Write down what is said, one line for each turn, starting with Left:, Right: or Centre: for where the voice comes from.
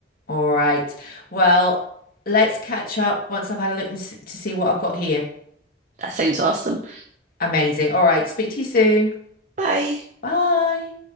Left: All right. Well, let's catch up once I've had a look and s- to see what I've got here.
Right: That sounds awesome.
Left: Amazing. All right. Speak to you soon.
Right: Bye.
Left: Bye.